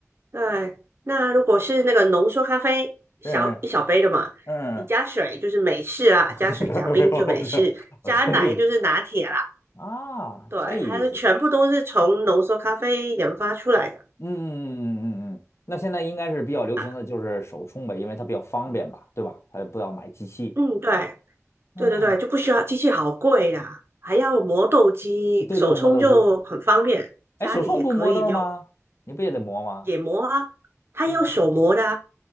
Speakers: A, on the right (about 50°); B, on the left (about 55°).
A: 对，那如果是那个浓缩咖啡，小一小杯的嘛，
B: 嗯嗯嗯？
A: 你加水就是美式啦，
B: <laughs>
A: 加水加冰就美式，
B: 没有，我这我这意思
A: 加奶就是拿铁啦。
B: 啊，
A: 对，
B: 这意思。
A: 它是全部都是从浓缩咖啡研发出来的
B: 嗯嗯嗯嗯嗯。那现在应该是比较流行的就是手冲呗，
A: 啊。
B: 因为它比较方便吧，对吧？它不要买机器。
A: 嗯，对。
B: 嗯，
A: 对对对，就不需要机器，好贵啦，还要磨豆机，
B: 对对对，
A: 手冲就很方便，
B: 磨豆机。哎，
A: 家里也可以有
B: 手冲不磨豆吗？你不也得磨吗？
A: 也磨啊，它要手磨的啊，
B: 嗯，